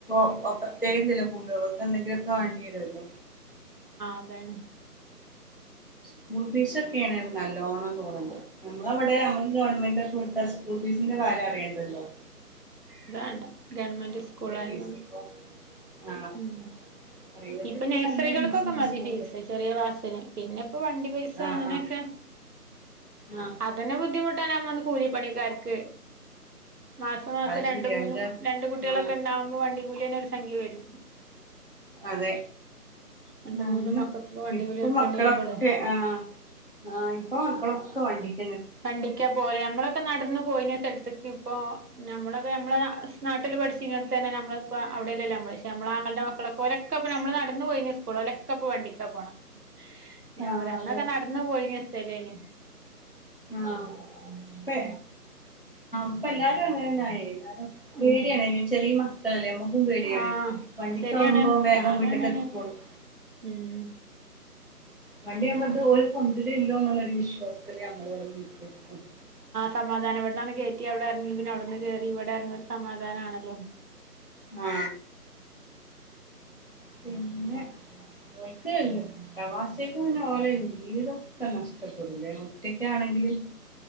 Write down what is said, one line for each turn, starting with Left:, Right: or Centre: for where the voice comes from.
Left: അപ്പൊ പ്രത്യേകം ചിലവ് കൂടാവു എന്നന്തൊക്കെയൊക്ക വാണ്ടി വരുഅല്ലോ
Right: ആതാണ്
Left: സ്കൂൾ ഫീസ ഒക്കെയാണ് നല്ലോണം കൂടണ്ട്. നമ്മളവിടെ നമ്മള് ഗവൺമെന്റ് ഒക്കെ വിട്ടാ സ്കൂൾ ഫീസിന്റെ കാര്യം അറിയേണ്ടല്ലോ
Right: അതവാണ്ട ഗവൺമെന്റ് സ്കൂൾ ആയതു
Left: ഫീസ്
Right: കൊണ്ട്
Left: ഇപ്പൊ ആഹ്
Right: ഉം
Left: പ്രൈവറ്റ്
Right: ഇപ്പൊ
Left: ഇപ്പ
Right: നഴ്‌സറികൾക്കൊക്കെ
Left: നല്ല ബിസിനസ്
Right: മതി
Left: മോഡൽ
Right: ഫീസ് ചെറിയ ക്ലാസ്സിന് പിന്നെ ഇപ്പൊ വണ്ടി പൈസ
Left: ആഹ്
Right: അങ്ങനെയൊക്കെ
Left: ആഹ്
Right: അതന്നെ ബുദ്ധിമു ട്ടാണെന്ന് കൂലിപ്പണിക്കാർക്ക് മാസംമാസം
Left: അത്
Right: രണ്ട്മൂന്ന്
Left: ശരിയാ എന്റെ
Right: രണ്ട് കുട്ടികളൊക്കെ
Left: ആഹ്
Right: ഉണ്ടാവുമ്പോ വണ്ടി ലിയന്നെ ഒരു സംഖ്യ വരും
Left: അതെ
Right: രണ്ട്
Left: ന്ന
Right: മൂന്ന്
Left: ന്ന്
Right: മക്കൾക്കൊക്കെ വണ്ടിക്കൂലി
Left: ഇപ്പ
Right: കൊടുക്കേണ്ടി
Left: മക്കളൊക്കെ
Right: വരുമ്പോളേ
Left: ആ ഹാ ഇപ്പോ മക്കളൊക്കെ വണ്ടിക്
Right: വണ്ടിക്കാ പോയെ അമ്മളൊക്കെ നടന്ന് പോയിന സ്ഥലത്ത്ക്ക് ഇപ്പോ നമ്മള പ്പ നമ്മള് നാട്ടില് പഠിച്ചിനോടുത്ത് തന്നെ നമ്മളപ്പോ അവിടെയല്ലല്ലോ നമ്മള് ശേ നമ്മ്ളാ ന്റെ മക്കളൊക്ക ഒരൊക്കെപ്പ നമ്മള് നട ന്ന് പോയിന് സ്കൂൾല് ഓലൊക്കെപ്പോ വണ്ടിക്ക പോണെ. ഞാൻ
Left: ആഹ്
Right: പറ അന്നൊക്കെ
Left: അതെ
Right: നടന്ന് പോയിന് ഇഷ്ട്ടായില്ലായ്ന്.
Left: ആഹാ ഇപ്പെ ഇപ്പെല്ലാരും അങ്ങനെന്നായി ല്ലാരും പേടിയാണ്
Right: ഉം
Left: ചെറിയമ്മക് <unintelligible> നമുക്കും പേടിയാണ്
Right: ആഹ്
Left: വണ്ടികാവുമ്പം
Right: ശരിയാണ്
Left: വേഗം
Right: കാലം
Left: വീട്ടിക്കെത്തിക്കോളും.
Right: അങ്ങനെയാണ് ഉം
Left: വണ്ടി ആവുമ്മത് ഓല് കൊണ്ടരല്ലോ എന്നൊരു വിശ്വാസം <unintelligible>
Right: സമാദാനപ്പെടുന്നാണ് ഗേ റ്റ് അവിടെറങ്ങി പിന്നെ അവിടുന്ന് കേറി ഇവിടെ ഇറങ്ങി ഒരു സമാധാനണല്ലോ.
Left: ആ പിന്നെ <unintelligible> പ്രവാസിയക്ക് പിന്നെ ഓലെ ജീവിതൊക്കെ നഷ്ടപ്പെടൂല്ലേ ഒറ്റക്കാണെങ്കില്.